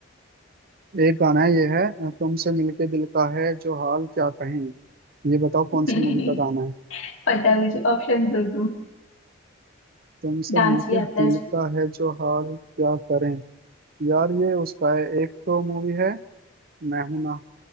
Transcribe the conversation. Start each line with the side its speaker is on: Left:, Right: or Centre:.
Right: एक गाना है ये है तुमसे मिलके दिल का है जो हाल क्या कहें ये बताओ कौन
Left: तुम
Right: सी
Left: <laughs>
Right: मूवी का गाना है
Left: पता है मुझे ऑप्शन दो तुम
Right: तुमसे
Left: डांस
Right: मिलके
Left: भी आता
Right: दिल
Left: है इसमें
Right: का है जो हाल क्या करें यार ये उसका है एक तो मूवी है मैं हूं ना